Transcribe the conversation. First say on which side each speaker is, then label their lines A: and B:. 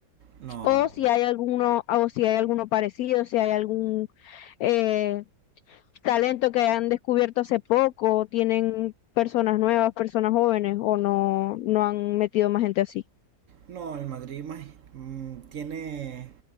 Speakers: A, on the right; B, on the left.
A: No,
B: o
A: no.
B: si hay alguno, o si hay alguno parecido, si hay algún eh, talento que han descubierto hace poco, o tienen personas nuevas, personas jóvenes, o no, no han metido más gente así.
A: No, el Madrid más- mm, tiene,